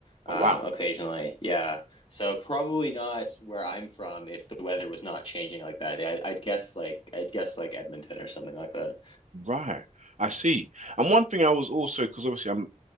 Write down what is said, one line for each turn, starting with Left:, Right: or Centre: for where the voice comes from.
Left: um
Right: Oh wow.
Left: occasionally. Yeah. So probably not where I'm from if the weather was not changing like that. I'd, I'd guess like I'd guess like Edmonton or something like that.
Right: Right. I see. And one thing I was also, because obviously I'm